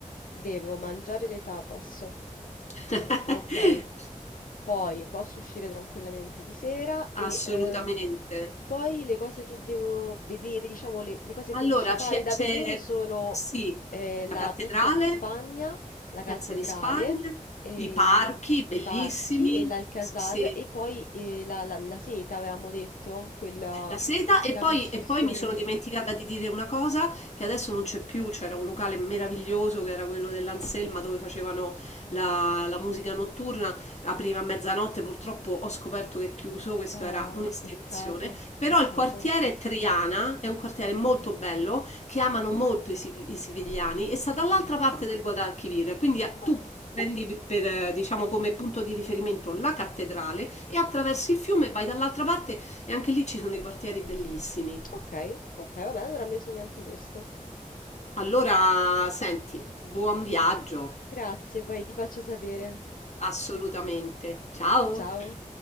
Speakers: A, on the left (about 85°); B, on the left (about 55°).
A: devo mangiare le tapas.
B: <laughs>
A: Ok. Poi posso uscire tranquillamente di sera e
B: Assolutamente.
A: eh, poi le cose che devo vedere, diciamo le, le cose
B: Allora,
A: principali
B: c'è,
A: da
B: c'è-
A: vedere sono
B: sì,
A: eh, la
B: la cattedrale,
A: Piazza di Spagna, la cattedrale,
B: Piazza di Spagna,
A: e
B: i parchi
A: il-
B: bellissimi,
A: i parchi e l'Alcazar
B: sì, sì.
A: e poi eh, la, la- la seta, avevamo detto, quella,
B: La seta
A: quella
B: e poi,
A: costruzione.
B: e poi mi sono dimenticata di dire una cosa che adesso non c'è più, c'era un locale meraviglioso che era quello dell'Anselma dove facevano la, la musica notturna, apriva a mezzanotte, purtroppo ho scoperto che è chiuso, questo
A: Ah,
B: era un'istituzione,
A: peccato,
B: però
A: peccato.
B: il quartiere Triana è un quartiere molto bello che amano molto i, si- i sivigliani e sta dall'altra
A: Ok.
B: parte del Guadalquivir, quindi eh,
A: Ah,
B: tu prendi per, eh, diciamo, come punto di riferimento la cattedrale e attraversi il fiume vai dall'altra parte e anche lì ci sono dei quartieri bellissimi.
A: ok, ok, va bene, allora mi segno anche questo.
B: Allora, senti, buon viaggio,
A: Grazie, poi ti faccio sapere.
B: assolutamente. Ciao!
A: Ciao.